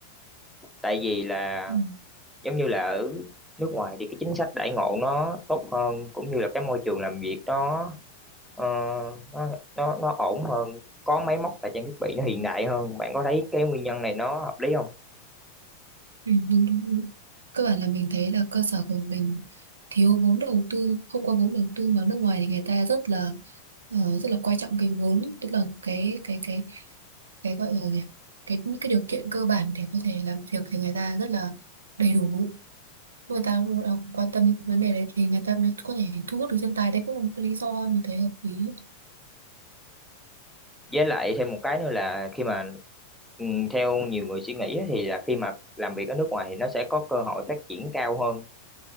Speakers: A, in the centre; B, on the right.
A: Tại vì là
B: Ừ.
A: giống như là ở nước ngoài thì cái chính sách đãi ngộ nó tốt hơn cũng như là cái môi trường làm việc nó Ờ, nó nó nó ổn hơn có máy móc và trang thiết bị nó hiện đại hơn bạn có thấy cái nguyên nhân này nó hợp lý không
B: Ừ. Đúng, đúng, đúng. cơ bản là mình thấy là cơ sở của mình thiếu vốn đầu tư không có vốn đầu tư mà nước ngoài thì người ta rất là ờ, rất là quan trọng cái vốn tức là cái cái cái cái gọi là gì nhỉ? cái cái điều kiện cơ bản để có thể làm việc thì người ta rất là đầy đủ người ta cũng quan tâm đến vấn đề đấy thì người ta mới có thể thu hút được nhân tài đấy cũng là một cái lý do mình thấy hợp lý
A: với lại thêm một cái nữa là khi mà ừ, theo nhiều người suy nghĩ á, thì là khi mà làm việc ở nước ngoài thì nó sẽ có cơ hội phát triển cao hơn